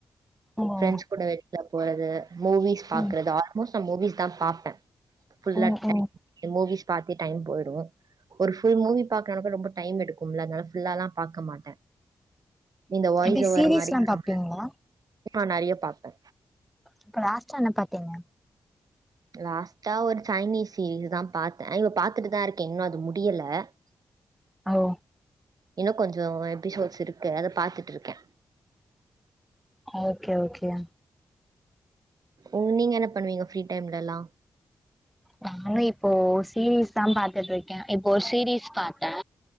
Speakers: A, in the centre; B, on the right.
A: ம்
B: பிரெண்ட்ஸ் கூட வெளில போறது மூவிஸ் பாக்கறது
A: ம்
B: ஆல்மோஸ்ட் மூவிஸ் தா பாப்பே புல்லா
A: ம்
B: டை
A: ம்
B: மூவிஸ் பாத்தே டைம் போயிரு ஒரு புல் மூவி பாக்றப்ப ரொம்ப டைம் எடுக்கும்லங்க புல்லல்லா பாக்க மாட்டே இந்த வாய்ஸ்
A: எப்டி
B: ஓவர்
A: சீரீஸ்லா
B: மாரி வரும்ல
A: பாப்பீங்களா
B: நா நிறைய பாப்பே
A: இப்ப லாஸ்ட என்ன பாத்தீங்க
B: லாஸ்ட்டா ஒரு சைனீஸ் சீரீஸ் தா பாத்தே இவ பாத்துட்டுதா இருக்கே இன்னு அது முடியல <unintelligible>
A: ஒ
B: இன்னு கொஞ்சோ எபிசோட்ஸ் இருக்கு அத பாத்துட்டு இருக்கே
A: ஓகே ஓகே
B: ம் நீங்க என்ன பண்ணுவீங்க பிரீ டைம்லல்லா
A: நானு இப்போ சீரீஸ்தா பாத்துட்டு இருக்கே இப்போ சீரீஸ் பாத்தே